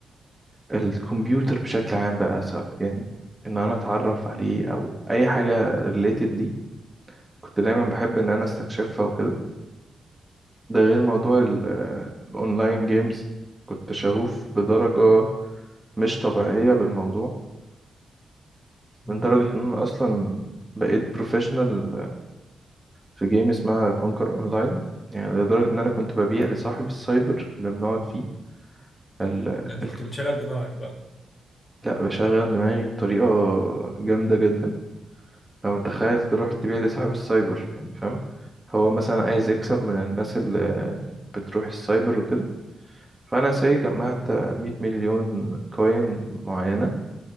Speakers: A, on the right (about 15°); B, on the left (about 35°).
A: الكمبيوتر بشكل عام بقى سواء يعني إن أنا أتعرف عليه أو أي حاجة ريليتد ليه كنت دايما بحب إن أنا استكشفها وكده ده غير موضوع ال- آه، الاونلاين جيمز كنت شغوف بدرجة مش طبيعية بالموضوع
B: مم،
A: من درجة
B: ده جامد
A: ان انا
B: ده
A: اصلا بقيت بروفيشنال في جيم اسمها كونكر اونلاين يعني لدرجة ان انا كنت ببيع لصاحب السايبر اللي بنقعد فيه ال...
B: ده انت
A: ال...
B: كنت بتشغل دماغك بقى
A: لا بشغل دماغي بطريقة جامدة جدا لو متخيل تروح تبيع لصاحب السايبر يعني فاهم هو مثلا عايز يكسب
B: مم،
A: من الناس اللي بتروح السايبر وكده فانا ساي جمعت 100 مليون كوين معينه